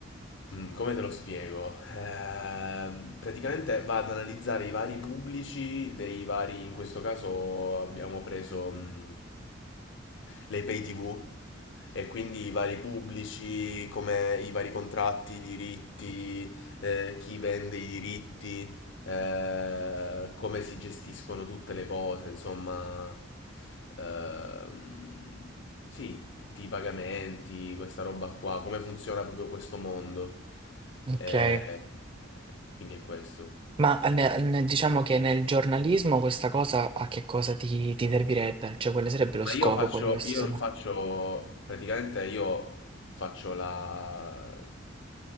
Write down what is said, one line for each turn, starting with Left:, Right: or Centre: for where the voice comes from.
Left: Mm, come te lo spiego? Ehm, praticamente va ad analizzare i vari pubblici dei vari... In questo caso abbiamo preso mm, le pay TV e quindi i vari pubblici, come i vari contratti, i diritti, eh, chi vende i diritti eh, come si gestiscono tutte le cose, insomma, ehm, sì, tutti i pagamenti, questa roba qua, come funziona proprio questo mondo. Eh,
Right: okay.
Left: eh, quindi è questo.
Right: Ma ne ne diciamo che nel giornalismo questa cosa a che cosa ti ti servirebbe? Cioè quale sarebbe lo
Left: Ma
Right: scopo
Left: io faccio,
Right: poi di questa
Left: io
Right: sema
Left: non faccio, praticamente io faccio la,